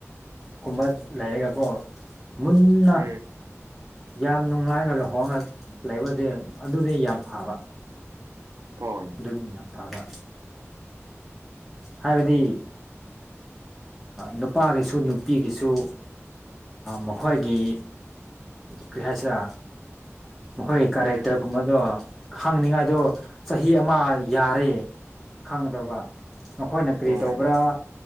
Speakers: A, in the centre; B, on the right (about 85°).
A: ꯀꯨꯝꯕ ꯂꯩꯔꯒꯀꯣ ꯃꯨꯟꯅ
B: ꯎꯝ
A: ꯌꯥꯝ ꯅꯨꯡꯉꯥꯏꯅ ꯂꯨꯍꯣꯡꯉ ꯂꯩꯕꯗꯤ ꯑꯗꯨꯗꯤ ꯌꯥꯝ ꯐꯕ
B: ꯍꯣꯏ
A: ꯅꯤ ꯌꯥꯝꯝꯐꯥꯕ ꯍꯥꯏꯕꯗꯤ ꯅꯨꯄꯥꯒꯤꯁꯨ ꯅꯨꯄꯤꯒꯤꯁꯨ ꯃꯈꯣꯏꯒꯤ ꯀꯔꯤ ꯍꯥꯏꯁꯤꯔ ꯃꯈꯣꯏꯒꯤ ꯀꯦꯔꯦꯛꯇꯔꯒꯨꯝꯕꯗꯣ
B: ꯎꯝ
A: ꯈꯪꯅꯤꯡꯉꯥꯏꯗꯣ ꯆꯍꯤ ꯑꯃ ꯌꯥꯔꯦ ꯈꯪꯒꯗꯧꯕ ꯃꯈꯣꯏꯅ ꯀꯔꯤ
B: ꯍꯣꯏ
A: ꯇꯧꯕ꯭ꯔꯥ